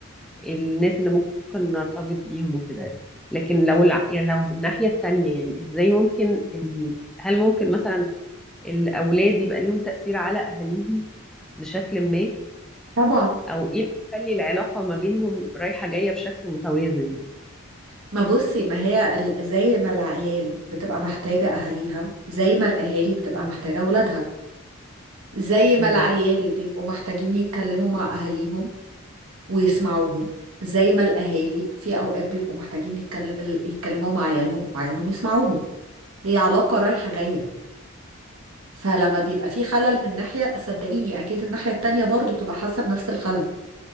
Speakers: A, in the centre; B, on the right.
A: الناس اللي ممكن نرتبط بيهم وكده لكن لو الع... يعني لو بالناحية التانية يعني إزاي ممكن ال... هل ممكن مثلا الأولاد يبقى ليهم تأثير على أهاليهم بشكل ما
B: طبعا
A: او ايه اللي يخلي العلاقة ما بينهم رايحة جاية بشكل متوازن يعني
B: ما بصي ما هي ال... زي ما العيال بتبقى محتاجة اهاليها زي ما الاهالي بتبقى
A: مم.
B: محتاجة اولادها زي ما
A: مم.
B: العيال بيبقوا محتاجين يتكلموا مع اهاليهم ويسمعوهم زي ما الاهالي في اوقات بيبقوا محتاجين يتكلم... يتكلموا مع عيالهم وعيالهم يسمعوهم هي علاقة رايحة جاية فلما بيبقى في خلل من ناحية صدقيني أكيد الناحية التانية برضو بتبقى حاسة بنفس الخلل